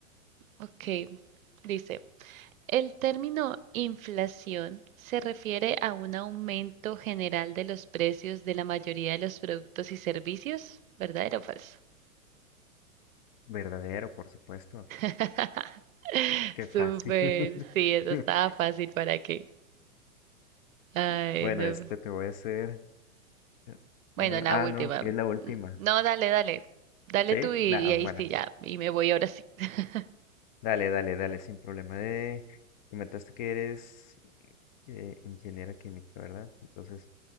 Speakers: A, on the right; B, on the left.
A: ok, dice. El término inflación se refiere a un aumento general de los precios de la mayoría de los productos y servicios, ¿verdadero o falso?
B: Verdadero, por supuesto.
A: <laughs>
B: Qué fácil.
A: Súper,
B: <laughs>
A: sí, eso estaba fácil, ¿para qué? Ay,
B: Bueno,
A: no.
B: este te voy a hacer. eh,
A: Bueno,
B: Ah,
A: la última.
B: ah, no, que es la última.
A: No, dale, dale. Dale
B: ¿Sí?
A: tú y,
B: Nah,
A: y ahí
B: bueno.
A: sí ya. Y me voy ahora sí. <laughs>
B: Dale, dale, dale, sin problema. De... Comentaste que eres eh, ingeniera química, ¿verdad? Entonces,